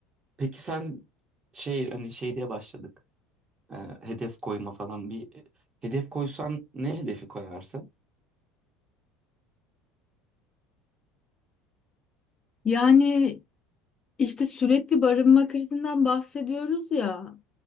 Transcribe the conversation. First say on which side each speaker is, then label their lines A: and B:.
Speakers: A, on the right (about 30°); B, on the left (about 25°).
A: peki sen şey hani şey diye başladık. Ee, hedef koyma falan bir e, hedef koysan ne hedefi koyarsın?
B: Yani İşte sürekli barınma krizinden bahsediyoruz ya.